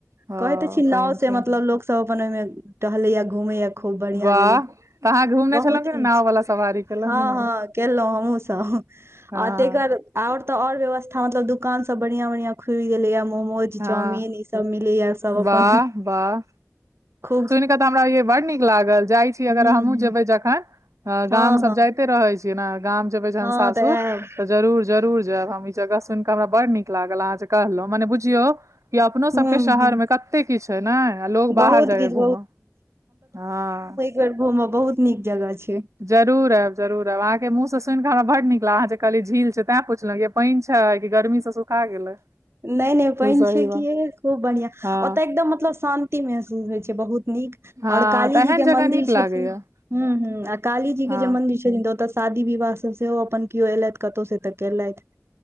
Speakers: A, on the right; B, on the right.
A: ह
B: कहैत ते छी
A: पानि
B: नाव से
A: छै
B: मतलब लोकसभ अपन ओहिमे टहलैया घुमे या खूब बढ़िया
A: वाह
B: जेना
A: तऽ अहाँ घुमने
B: बहुत
A: छलहुँ कि
B: नीक
A: ने नाव
B: छै
A: वाला सवारी केलहुँ
B: हँ
A: कि नहि
B: हँ केलो हमहु सब
A: हँ
B: आ तेक बा और ते और व्यवस्था मतल दुकान सब बढ़िया बढ़िया खुल गेले या मोमोज
A: हँ
B: चाम ई सब मिले या सब अपन
A: वाह वाह
B: ख
A: <unintelligible> हमरा ब् नीक लागल जाइ छी
B: हूँ
A: अगर हमहुँ
B: हूँ
A: जेबै जखन गाम
B: हँ
A: सब
B: हँ
A: जाइत जाएते रहै छी ने गाम जेबै जहन
B: हँ
A: सासुर
B: तऽ आयब
A: तऽ जरूर जरुर जायब हम ई जगह सुन के हमरा बड नीक लागल अहाँं कहलं मने बु झीओ कि अपनो
B: हूँ
A: सबके शहर
B: हूँ
A: मे कतेक कते किछ ए ने आ लोग
B: बहुत
A: बाहर जाइया
B: किछु
A: घूमऽ हँ
B: फेर घूमव बहुत नीक जगह छै
A: जरूर आब जरूर अब अहाँ कें मुह स सुन के हमरा नीक लागल आहाँ जे कहल झील छै तैं पुछलहुं य पाइन छै कि गर्मी से सुखा गेलै
B: नय नय पाइन
A: सही
B: छै
A: बात
B: कि खूब बढ़िआँ
A: हँ
B: ओतऽ एकदम मतलब शान ति महसूस होइ छै बहुत नीक
A: हँ
B: और काली
A: तऽ
B: जी
A: एहन जगह
B: के मंदिर
A: नीक लागैया
B: छथिन हू हू आ काली जी
A: हँ
B: के जे मंदिर छथिन तऽ ओतऽ शादी विवाह सब सेहो अपन केओ ऐलैथ कतहु से तऽ केलैथ